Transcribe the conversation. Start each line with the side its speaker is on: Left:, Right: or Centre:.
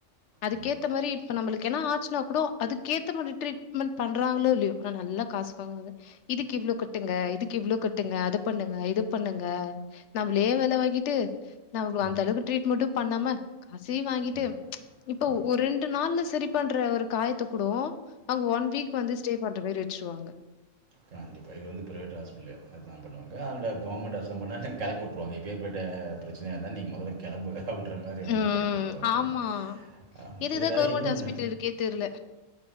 Left: அதுக்கேத்த
Right: ம்
Left: மாதிரி இப்ப நம்பளுக்கு எத் னா ஆச்சுனா கூட அதுக்கேத்த மாரி ட்ரீட்மெண்ட் பண்றாங்களோ இல்லையோ உனா நல்ல காசுவாங்கராங்க இதுக்கு இவ்ளோ கட்டுங்க இதுக்கு இவ்ளோ கட்டுங்க அது பண்ணுங்க இது பண்ணுங்க நம்பளே வேலை வாங்கி ட்டு நம்ப
Right: ம்
Left: அந்த அளவுக்கு ட்ரீட்மெண்டும் பண்ணாம காசையும் வாங்கிட்டு
Right: ம்
Left: இப்போ
Right: ம்
Left: ஒரு ரெண்டு நாள்ல சரி பண்ற ஒரு காயத்தை கூட அங்க ஒன் வீக் வந்து ஸ்டே பண்ற மாறி இருக் வச்சிருவாங்க
Right: கண்டிப்பா இது வந்து பிரவேட் ஹாஸ்பல்லயே அதான் பண்ணுவாங்க அந்த கவுர்மெண்ட் ஹாஸ் <unintelligible> கிளப்பி விட்டுருவங்க எப்பேர்பட்ட பிரச்சனைய இருந்தாலு நீ முதல்ல கிளம்பு அப்படின்ற மாரி வந்து
Left: ம்.
Right: கெளப்பி உட்டுருவாங்க
Left: ஆமா.
Right: அஹ்
Left: எதுக்குதா
Right: இதுல
Left: கவர்மெண்ட்
Right: இன்னோன்னு
Left: ஹாஸ்பிட்டல் இருக்கே தெர்ல